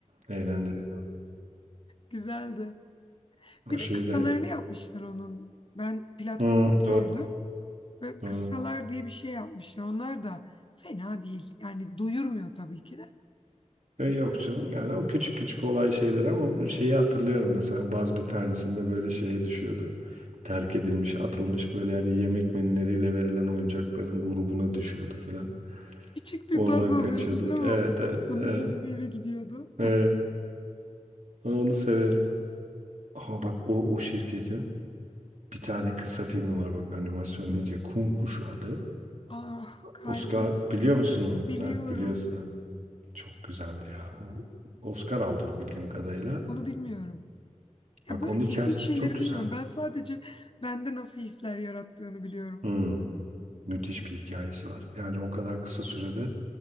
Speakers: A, on the right; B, on the left.
A: Eğlenceli oyun.
B: Güzeldi.
A: O
B: Bir
A: şey
B: de kısalarını
A: de
B: yapmışlar onun. Ben platform
A: Hmm,
B: gördüm.
A: doğru
B: Böyle
A: doğru.
B: kıssalar diye bir şey yapmışlar. Onlar da fena değil. Yani doyurmuyor tabii ki de.
A: E, yok canım. Yani o küçük küçük olay şeyler ama şeyi hatırlıyorum mesela bazı bir tanesinde böyle şeye düşüyordu. Terk edilmiş, atılmış böyle yani yemek menüleriyle verilen oyuncakların grubuna düşüyordu filan.
B: Küçük bir
A: Oradan
B: baz oluyordu
A: kaçıyordu.
B: değil mi
A: Evet,
B: orada?
A: evet,
B: Onun
A: evet,
B: yerine eve gidiyordu.
A: evet. Ben Onu severim. Aha bak o, o şirketin bir tane kısa filmi var bak animasyon deyince Kum Kuşu adı.
B: Ah kalbim
A: Oscar biliyor musun onu?
B: biliyorum.
A: Heh, biliyorsun. ha. Çok güzeldi ya. O Oscar aldı o bildiğim kadarıyla.
B: Onu bilmiyorum. Ya
A: Bak
B: böyle
A: onun
B: teknik
A: hikayesi
B: şeyleri
A: de çok güzel.
B: bilmiyorum. Ben sadece bende nasıl hisler yarattığını biliyorum.
A: Hmm, müthiş bir hikayesi var. Yani o kadar kısa sürede